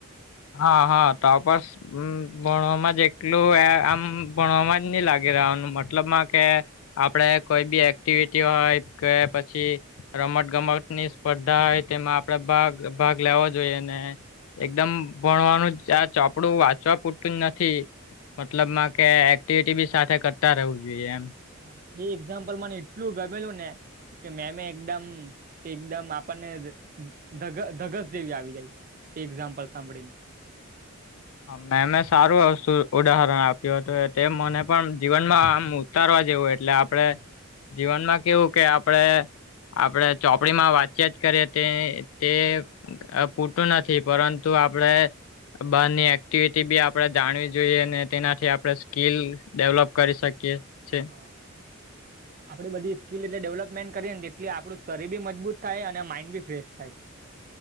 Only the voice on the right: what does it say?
હતું એ એક્ઝામ્પલ મને એટલું ગમેલું ને કે મેમે એકદમ કે એકદમ આપણને ધગસ જેવી આવી જાય. એક્ઝામ્પલ સાંભળીને
હા
આપડી બધી સ્કીલ એટલે ડેવલપમેન્ટ કરીએ ને એટલી આપણું શરીર બી મજબૂત થાય અને માઇન્ડ બી ફ્રેશ થાય.